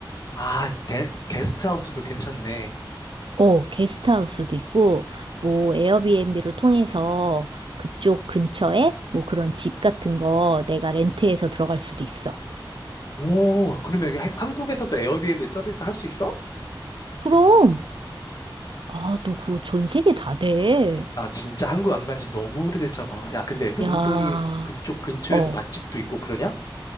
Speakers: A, on the left; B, on the right.
A: 아, 데- 게스트하우스도 괜찮네.
B: 어, 게스트하우스도 있고 뭐 에어비앤비로 통해서 그쪽 근처에 뭐 그런 집 같은 거 내가 렌트해서 들어갈 수도 있어.
A: 오, 그러면 이게 하- 한국에서도 에어비앤비 서비스 할 수 있어?
B: 그럼 아, 너 그거 전 세계 다 돼.
A: 나 진짜 한국 안 간지 너무 오래됐잖아. 야, 근데 명동이
B: 야.
A: 그쪽 근처에도
B: 어.
A: 맛집도 있고 그러냐?